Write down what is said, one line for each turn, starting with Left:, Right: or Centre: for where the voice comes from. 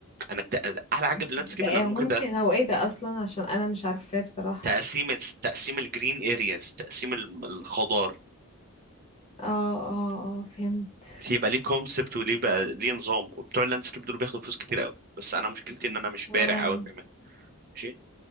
Right: انا الت- احلى حاجه في اللاندسكيب
Left: ده إيه
Right: انك ممكن
Left: ممكن
Right: ت-
Left: هو ايه ده اصلا عشان انا مش عارفاه بصراحة
Right: تقسيم تقسيم الجرين ارياز تقسيم الخضار
Left: اه اه اه فهمت
Right: يبقى ليه كونسبت وليه بقى ليه نظام وبتوع اللاندسكيب دول بياخدوا فلوس كتير قوي بس انا مشكلتي ان انا مش بارع
Left: واو
Right: قوي كمان ماشي